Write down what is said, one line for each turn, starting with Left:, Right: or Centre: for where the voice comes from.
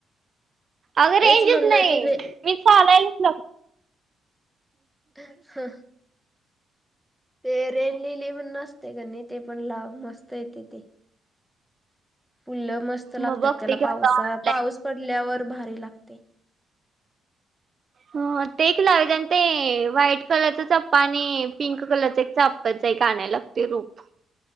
Right: अगं
Centre: तेच
Right: रेंजच
Centre: म्हणलं
Right: नाही
Centre: ते रे
Right: मी चालायलाचं ला
Centre: हं हं. ते रेनलेली म्हणून असतयं कनी ते पण लाव मस्त येतेय ते. फुलं मस्त लागत्यात
Right: मग बघते
Centre: त्याला
Right: की
Centre: पावसा
Right: आता ऑनलाईन
Centre: पाऊस पडल्यावर भारी लागतयं.
Right: हो ते एक लावायचयं आण ते व्हाईट कलरचा चाप आणि पिंक कलरचं एक चाप फ्याचं एक आणाय लागतयं रोप